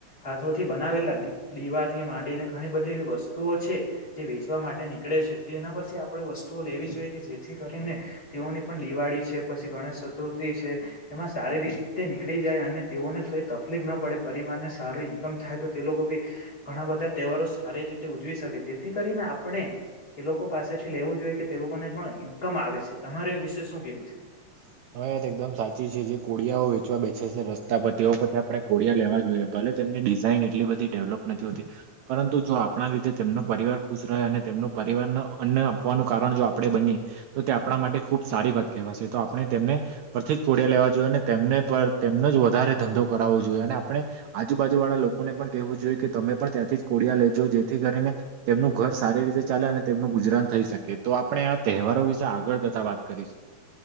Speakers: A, on the left (about 30°); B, on the right (about 75°).
A: હાથોથી બનાવેલા દીવાથી માંડીને ઘણી બધી એવી વસ્તુઓ છે જે વેચવા માટે નીકળે તેના પરથી આપે વસ્તુઓ લેવી જોઈએ કે જેથી કરીને તેઓની પણ દિવાળી છે પછી ગણેશ તુથી છે એમાં સારી રીતે નીકળી જાય અને તેઓને કઈ તકલીફ ના પડે પરિવારને સારું ઈન્કમ થાય તો તે લોકો બી ઘણા બધા તહેવારો સારી રીતે ઉજવી શકે તેથી કરીને આપણે તે લોકો પાસેથી લેવું જોઈએ કે તે લોકોને પણ કમ આવે છે તમારે વિશે શું કેવું છે
B: હવે વાયાત એકદમ સાચી છે જે કોળિયાઓ વેચવા બેઠે છે રસ્તા પર તેઓ આપણે કોોળિયા લેવા જોઈએ ભલે તેમની ડિઝઇન એટલી બધી ડેવલપ નથી હોતી પરંતુ જો આપણા લીતે પરવાર ખુશ રહે અને તેમનું પરિવાર અન્ન આપવાનું કારણ જો આપણે બનીએ તો તે આપણા માટે ખુબ સારી વાત કહેવાયશે તો આપ આપણે તેમને પરથી જ કોડિયા લેવા જોઈએ અને તેમને પર તેમનો જ વધારે ધંધો કરાવવો જોઈએ અને આપણે આજુબાજુ વાળા લોકોને પણ કેહેવું જોઈએ કે તમે પણ ત્યાંથી જ કોળિયા લેજો જેથી કરીને તેમનું ઘર સારી રીતે ચાલે અને તેમનું ગુજરાન થઈ શકે તો આપણે આ તહેવારો વિશે આગળ જતા વાત કરીશું